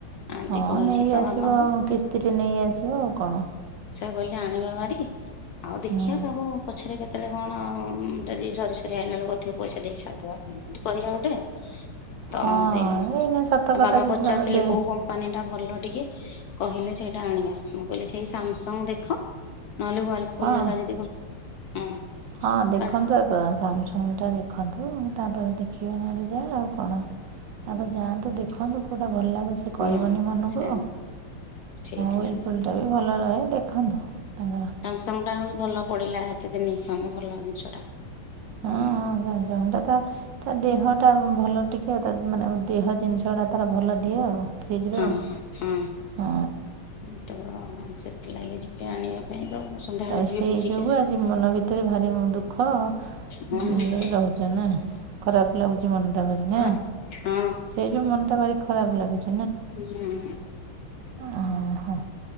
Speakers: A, on the left; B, on the right.
A: ଆଣ୍ଟି
B: ହଁ
A: କହିଛି
B: ନେଇ
A: ତ
B: ଆସିବ
A: ବାବାଙ୍କୁ
B: କିସ୍ତିରେ ନେଇ ଆସିବ ଆଉ କଣ।
A: କହିଲି ଆଣିବା ଭାରି ଆଉ ଦେଖିବା
B: ହୁଁ
A: ତାକୁ ପଛରେ କେତେ ସେତେଳେ କଣ ଯଦି ସରି ସରିଆଇଲା ବଳକୁ ଅଧିକ ପଇସା ଦେଇକି ସରିଦେବା ଏମିତି କରିବା ଗଟେ ଆଉ। ତ
B: ହଁ
A: ସେୟା ଆଉ
B: ଏଇନା ସତ କଥା
A: ବାବା
B: ଯଦି
A: ପଚାରୁଥିଲେ
B: ତମେ ଦେ
A: କୋଉ କମ୍ପାନୀ ଟା ଭଲ ଟିକେ? କହିଲେ ସେଇଟା ଆଣିବା। ମୁଁ କହିଲି ସେଇ ସ୍ୟାମସଙ୍ଗ ଦେଖ ନହେଲେ ୱାର୍ଲପୁଲ୍ର
B: ହଁ
A: ଯଦି ଥିବ? ହଁ।
B: ହଁ ଦେଖନ୍ତୁ
A: କାରଣ-
B: ଆଗ ସ୍ୟାମସଙ୍ଗ ଟା ଦେଖନ୍ତୁ। ତାପରେ ଦେଖିବେ ନହେଲେ ଯାହା ଆଉ କଣ ତାପରେ ଯାଆନ୍ତୁ ଦେଖନ୍ତୁ କେଉଁଟା ଭଲ ଲାଗୁଛି? ଆଉ ସେ କହିବନି
A: ହଁ
B: ମନଙ୍କୁ
A: ସେ
B: ହଁ
A: ସେଇଥିଲାଗି
B: ହ୍ୱିଲଫୁଲ୍ ଟା ବି ଭଲ ରହେ। ଦେଖନ୍ତୁ ତା
A: ସ୍ୟାମସଙ୍ଗ ଟା ଭଲ ପଡିଲା ଏତେ ଦିନି ଭଲ ଜିନିଷ ଟା ହୁଁ
B: ହଁଙ୍ଗ ସ୍ୟାମସଙ୍ଗଟା ତ ତା ଦେହଟା ଭଲ ଟିକେ ଆ ତା ମାନେ ଦେହ ଜିନିଷ ଗୁଡା ତାର ଭଲ ଦିଏ ଆଉ। ଫ୍ରିଜ୍ର
A: ହଁ ହଁ ହଁ
B: ହଁ
A: ହଁ ତ ସେଥିଲାଗି ଯିବି ଆଣିବା ପାଇଁ ତ ମୁଁ ସନ୍ଧ୍ୟାବେଳେ
B: ତା
A: ଯିବି
B: ସେଇ
A: ବୁଝିକି
B: ଯୋଗୁ ଆଜି ମନ ଭିତରେ ଭାରି ଦୁଃଖ ଆଉ।
A: ଆସିବି।
B: ନିରେ ରହୁଛ ନା ଖରାପ ଲାଗଛି। ମନଟା ଭାରି ନା
A: ହଁ ହଁ
B: ସେଇ ଯୋଉ ମନଟା ଭାରି ଖରାପ ଲାଗୁଛି।
A: ହୁଁ।
B: ଓ ହୋ।